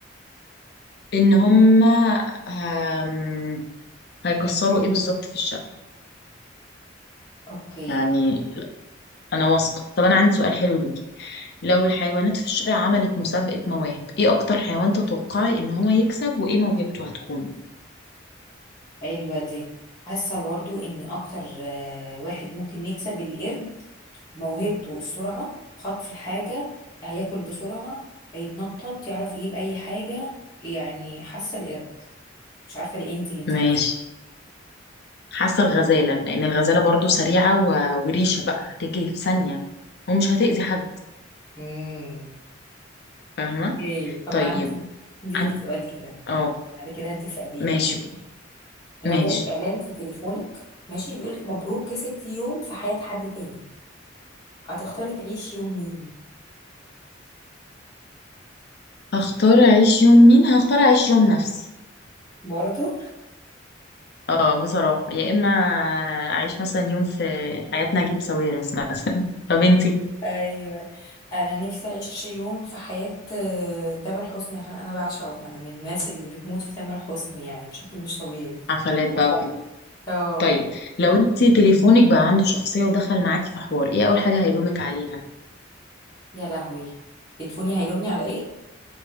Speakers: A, on the left; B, on the left.
A: ان هم هم- هيكسروا ايه بالظبط في الشقه
B: اوكي
A: يعني انا واثقه طب انا عندي سؤال حلو ليكي لو الحيوانات في الشارع عملت مسابقه مواهب ايه اكتر حيوان تتوقعي ان هو يكسب وايه موهبته هتكون
B: حلوة دي حاسة برضو ان اكتر آه، واحد ممكن يكسب القرد موهبته السرعة خطف الحاجة هياكل بسرعة هيتنطط يعرف يجيب اي حاجة يعني حاسة القرد مش عارفة ليه انت انت
A: ماشي
B: حاسة
A: حاسه الغزاله لان الغزاله برضو سريعه و- وريشه بقى هتجري في ثانيه ومش هتأذي حد
B: طيب
A: فاهمه
B: ايه طب
A: طيب
B: انا عندي عندي
A: عن...
B: ليكي سؤال كده
A: اه
B: بعد كده انت اساليني
A: ماشي
B: لو
A: ماشي
B: جالك اعلان في تليفونك ماشي بيقولك مبروك كسبتي يوم في حياة حد تاني هتختاري تعيشي يوم مين
A: هختار اعيش يوم مين هختار اعيش يوم نفسي
B: برضه
A: اه بصراحة يا إما أعيش مثلا يوم في حياة نجيب ساويرس مثلا <laughs> طب انتي
B: ايوه انا نفسي اعيش يوم في حياة آه، تامر حسني عشان انا بعشقه انا من الناس اللي بتموت في تامر حسني يعني بشكل مش طبيعي
A: حفلات بقى وكده
B: اه
A: طيب لو انتي تليفونك بقى عنده شخصية ودخل معاكي في حوار ايه أول حاجة هيلومك عليها؟
B: يا لهوي تليفوني هيلومني على ايه